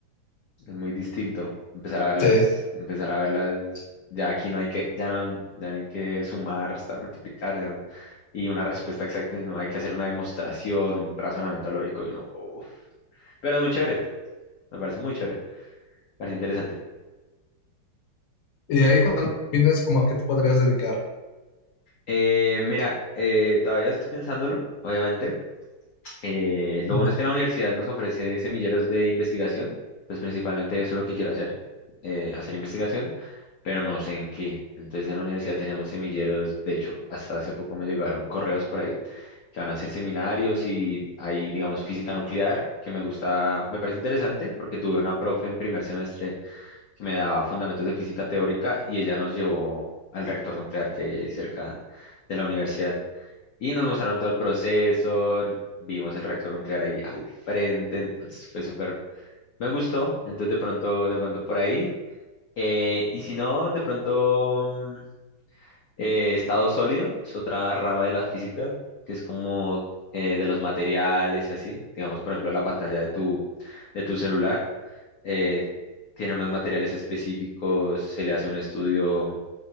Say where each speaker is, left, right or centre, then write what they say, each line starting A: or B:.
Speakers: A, on the left; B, on the left.
A: Es muy distinto. Empezar a verlas,
B: Sí.
A: empezar a verlas, ya aquí no hay que, ya no, ya no hay que sumar, restar, multiplicar, ya no- Y una respuesta exacta, y no hay que hacer una demostración, un razonamiento lógico, y uno, "Uf". Pero es muy chévere, me parece muy chévere, me parece interesante.
B: Y ahí cuando termines, como a qué te podrías dedicar?
A: Eh, mira, eh, todavía estoy pensándolo, obviamente. Eh, lo
B: <laughs>
A: bueno es que la universidad nos ofrece semilleros de investigación, pues principalmente eso es lo que quiero hacer, eh, hacer investigación, pero no sé en qué. Entonces en la universidad tenemos semilleros, de hecho, hasta hace poco me llegaron correos por ahí que van a hacer seminarios y hay, digamos, física nuclear, que me gusta, me parece interesante porque tuve una profe en primer semestre que me daba fundamentos de física teórica y ella nos llevó al reactor nuclear que hay ahí cerca de la universidad. Y nos mostraron todo el proceso, vimos el reactor nuclear ahí al frente, entonces fue súper, me gustó, entonces de pronto, de pronto por ahí. Eh, y si no, de pronto mm, eh, estado sólido es otra rama de la física, que es como eh, de los materiales y así, digamos, por ejemplo, la pantalla de tu, de tu celular eh, tiene unos materiales específicos, se le hace un estudio